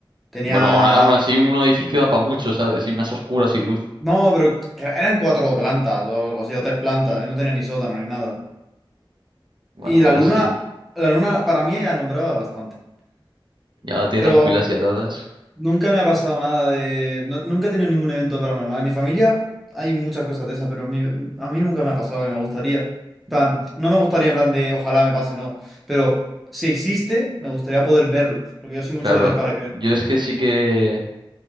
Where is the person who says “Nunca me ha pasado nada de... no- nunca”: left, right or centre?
Centre